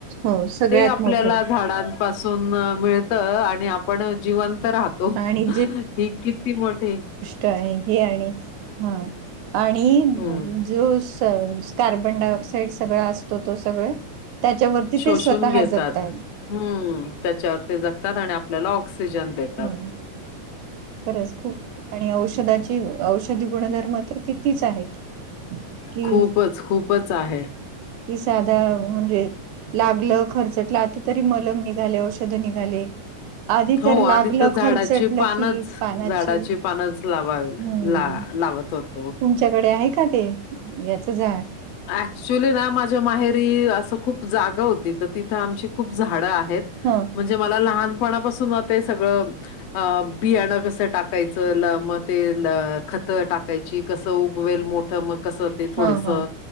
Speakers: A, on the right (about 75°); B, on the left (about 70°).
A: हो सगळ्यात
B: ते आपल्याला
A: मोठं
B: झाडां पासून मिळत आणि आपण जिवंत राह तो
A: आणि
B: हि किती मोठे.
A: का हे आणि हा आणि
B: हम्म
A: जो कार्बन डाय ऑक्साइड सगळ असतो तो सगळं. त्याच्यावरती
B: शोषून
A: ते स्वतः
B: घेतात.
A: जगत आहेत
B: हम्म त्याच्यावर ते जगतात आणि आपल्याला ऑक्सिजन देतात.
A: हम्म खरंच खूप आणि औषधाची औषधी गुणधर्म तर कितीच आहेत कि
B: खूपच खूपच आहे
A: कि साधा म्हणजे लागलं खर्चटलं आता तरी मलम निघाले औषध निघाले. आधी
B: हो
A: तर लागलं
B: आधी तर झाडाची
A: खर्चटलं
B: पानच
A: की पानाची
B: झाडाची पानच लावा ला
A: हम्म
B: लावत लावत <unintelligible>
A: तुमच्याकडे आहे का ते याच झाड
B: अऍक्च्युली ना माझ्या माहेरी असं खूप जागा होती तर तिथं आमची खूप झाडं आहेत.
A: ह
B: म्हणजे मला लहानपणापासून ते सगळ अ बियाणं कस टाकायचं मग ते खत टाकायची कसं उगवेल मोठ. मग कसं ते थोडीसं
A: ह ह